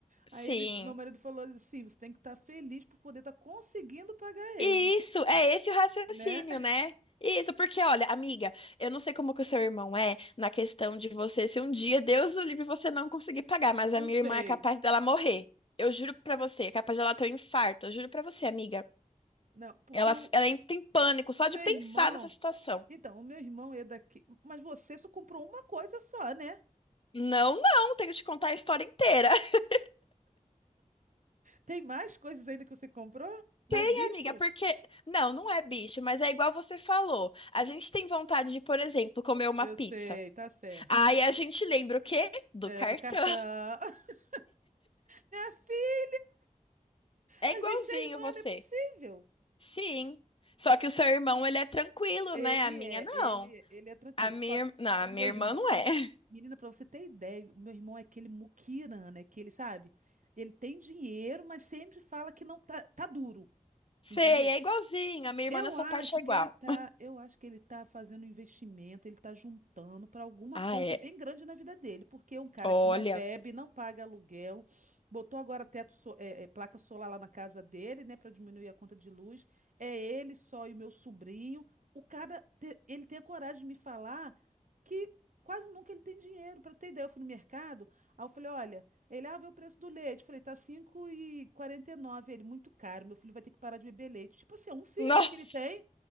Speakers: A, on the left; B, on the right.
A: Sim.
B: Aí ele, meu marido falou assim, você tem que estar feliz por poder estar conseguindo pagar
A: isso,
B: ele,
A: é esse o raciocínio,
B: né? <laughs>
A: né? Isso, porque olha, amiga, eu não sei como que o seu irmão é na questão de você, se um dia, Deus o livre, você não conseguir pagar, mas
B: Não
A: a minha
B: sei.
A: irmã é capaz dela morrer. Eu juro pra você, é capaz dela ter um infarto. Eu juro pra você, amiga.
B: Não, porque
A: Ela,
B: o,
A: ela entra em pânico só
B: o meu
A: de pensar
B: irmão,
A: nessa situação.
B: Então, o meu irmão é daqui. Mas você só comprou uma coisa só, né?
A: Não, não, tenho que te contar a história inteira. <laughs>
B: Tem mais coisas ainda que você comprou? Mais
A: Tem,
B: bicho?
A: amiga, porque. Não, não é bicho, mas é igual você falou. A gente tem vontade de, por exemplo, comer uma
B: Eu
A: pizza.
B: sei, tá certo.
A: Aí a gente lembra o quê? Do
B: É,
A: cartão.
B: do cartão. <laughs> Minha filha,
A: É
B: a
A: igualzinho
B: gente é irmã,
A: você.
B: não é possível.
A: Sim. Só que o seu irmão, ele é tranquilo,
B: Ele
A: né? A minha
B: é,
A: não.
B: ele, ele é tranquilo.
A: A minha,
B: Só que
A: ir- não,
B: o
A: a
B: meu
A: minha
B: irmão,
A: irmã não é. <laughs>
B: menina, pra você ter ideia, o meu irmão é aquele muquirana, né? Que ele, sabe? Ele tem dinheiro, mas sempre fala que não tá, tá duro, entendeu?
A: Sei, é igualzinho. A minha irmã
B: Eu
A: nessa
B: acho
A: parte é
B: que
A: igual.
B: ele tá, eu acho que ele tá fazendo um investimento, ele tá juntando para alguma
A: Ah,
B: coisa
A: é.
B: bem grande na vida dele, porque é um cara
A: Olha.
B: que não bebe, não paga aluguel, botou agora teto, so- é, é, placa solar lá na casa dele, né, para diminuir a conta de luz. É ele só e meu sobrinho. O cara, te- ele tem a coragem de me falar que quase nunca ele tem dinheiro. Para ter ideia, eu fui no mercado, aí eu falei, olha ele, ah, vê o preço do leite. Eu Falei, tá cinco e quarenta e nove. Ele, muito caro. Meu filho vai ter que parar de beber leite. Tipo assim, é um filho
A: Nossa,
B: só que ele tem.